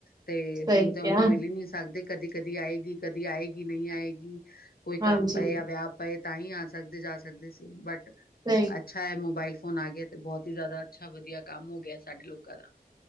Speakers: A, on the left; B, on the right.
A: ਤੇ
B: ਸਹੀ
A: ਹੁਣ
B: ਕਿਹਾ
A: ਤੇ ਉਹਨੂੰ ਮਿਲ ਹੀ ਨਹੀ ਸਕਦੇ ਕਦੀ-ਕਦੀ ਆਏਗੀ, ਕਦੀ ਆਏਗੀ ਨਹੀਂ ਆਏਗੀ। ਕੋਈ ਕੰਮ
B: ਹਾਂਜੀ
A: ਪਏ ਯਾ ਵਿਆਹ ਪਏ ਤਾਂ ਹੀ ਆ ਸਕਦੇ ਜਾ ਸਕਦੇ ਸੀ, ਬਟ
B: ਸਹੀ
A: ਅੱਛਾ ਹੈ, ਮੋਬਾਇਲ ਫੋਨ ਆ ਗਏ ਤੇ ਬਹੁਤ ਹੀ ਜ਼ਿਆਦਾ ਅੱਛਾ-ਵਧੀਆ ਕੰਮ ਹੋ ਗਿਆ ਸਾਡੇ ਲੋਕਾਂ ਦਾ